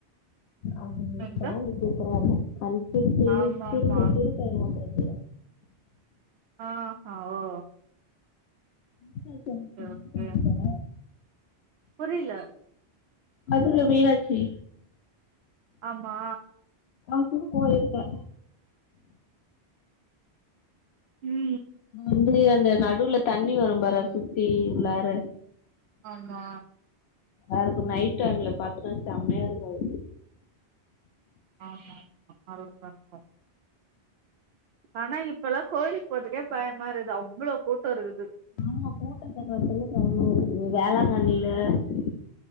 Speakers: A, on the left; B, on the right.
A: அங்க
B: எங்க
A: சவுண்டு சூப்பராருக்கு அன் செரி செரி
B: ஆமா
A: செரிங்க
B: ஆமா
A: செரிக்காய் எங்க வாங்குறது
B: ஆ ஹா ஓ
A: மீனாட்சி அம்மன் கோயிலுக்கு
B: ஒகே ஓகே
A: போயிருந்தோ
B: புரியில
A: மதுர மீனாட்சி
B: ஆமா
A: அங்கும் போயிருக்கே
B: ம்
A: அதுவந்து நடுவுல தண்ணி வரும் பாரு அதுசுத்தி உள்ளார.
B: ஆம்மா.
A: அதுக்கு நைட் டைம்ல பாத்தோம்னா செம்மையா இருக்கோ அது
B: ஆமா நல்லாதா இருக்கோ ஆனா இப்பல்லா கோயிலுக்கு போறதுக்கே பயமா இருது அவ்வளோ கூட்டோ இருக்குது.
A: ஆமா கூட்டத்த பாத்தாலே பயமாயிருக்குது வேளாங்கண்ணியில <unintelligible>